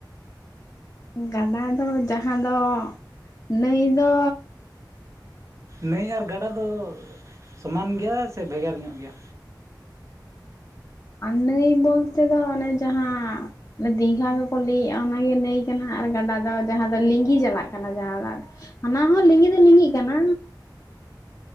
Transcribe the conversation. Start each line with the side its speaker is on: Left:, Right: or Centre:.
Left: ᱜᱟᱰᱟ ᱫᱚ ᱡᱟᱦᱟᱸ ᱫᱚ ᱱᱟᱹᱭ ᱫᱚ
Right: ᱱᱟᱹᱭ ᱟᱨ ᱜᱟᱰᱟ ᱫᱚ ᱥᱚᱢᱟᱱ ᱜᱮᱭᱟ ᱥᱮ ᱵᱷᱮᱜᱟᱨ ᱧᱚᱜ ᱜᱮᱭᱟ?
Left: ᱟᱨ ᱱᱟᱹᱭ ᱵᱚᱞᱛᱮ ᱫᱚ ᱚᱱᱮ ᱡᱟᱦᱟᱸ ᱫᱤᱜᱷᱟ ᱫᱚᱠᱚ ᱞᱟᱹᱭᱮᱜᱼᱟ ᱚᱱᱟᱜᱮ ᱱᱟᱹᱭ ᱠᱟᱱᱟ ᱟᱨ ᱜᱟᱰᱟ ᱫᱚ ᱡᱟᱦᱟᱸ ᱫᱚ ᱞᱤᱸᱜᱤ ᱪᱟᱞᱟᱜ ᱠᱟᱱᱟ ᱡᱟᱦᱟᱸ ᱦᱟᱱᱟ ᱦᱚᱸ ᱞᱤᱸᱜᱤ ᱫᱚ ᱞᱤᱸᱜᱤᱜ ᱠᱟᱱᱟ